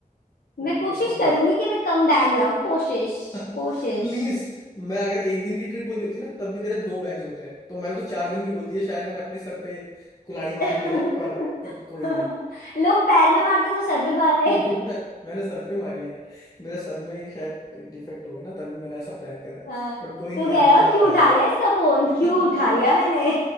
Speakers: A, on the left; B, on the left.
A: मैं
B: उ-
A: कोशिश
B: उसको
A: करूंगी
B: देख ले।
A: कि मैं कम बैग लाऊं कोशिश
B: <laughs> प्लीज
A: कोशिश
B: मैं अगर एक दिन की ट्रिप बोली होती ना तब भी तेरे दो बैग्स होते हैं तो मैंने तो चार दिन की बोल दी है शायद मैंने अपने सर पे कुल्हाड़ी मार
A: <laughs>
B: ली है पर कोई नहीं
A: लोग पैर में मारते तो सर पे मार
B: <laughs>
A: ले
B: मैं,
A: <laughs>
B: मैंने सर पे मारी है यार मेरे सर में शायद डिफेक्ट हो गया ना तभी मैंने ऐसा प्लान करा है
A: हाँ,
B: बट कोई
A: तू
B: नहीं यार
A: कह रहा
B: मजा
A: हो क्यों
B: तो
A: उठा लिया इसका फोन
B: आएगा
A: क्यों उठा लिया
B: <laughs>
A: मैंने